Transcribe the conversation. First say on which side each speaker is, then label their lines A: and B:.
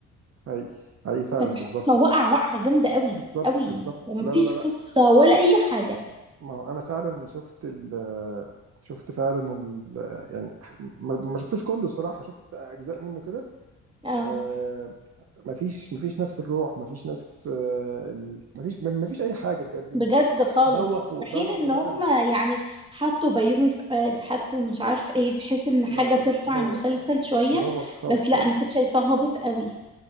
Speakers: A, on the right (about 55°); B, on the right (about 15°).
A: حقيقي حقيقي فعلا
B: فتح-
A: بالظبط
B: فوقع وقعة جامدة قوي
A: بالظبط
B: قوي
A: بالظبط
B: ومفيش
A: لا لا لا لا
B: قصة ولا اي حاجة
A: ما هو انا فعلا شفت ال شفت فعلا ال يعني ما ما شفتوش كله الصراحه شفت اجزاء منه كده
B: اه
A: آه، مفيش مفيش نفس الروح مفيش نفس آه، ال- مفيش مفيش اي حاجه بجد ال-
B: بجد خالص
A: بوخ
B: في
A: وبوخ
B: حين ان
A: ودخل
B: هم يعني حطوا بيومي فؤاد حطوا مش عارف ايه بحيث ان
A: لا
B: حاجة
A: لا
B: ترفع
A: لا بوخ
B: المسلسل شوية
A: بوخ خالص
B: بس
A: بجد
B: لا انا كنت شايفاه هابط قوي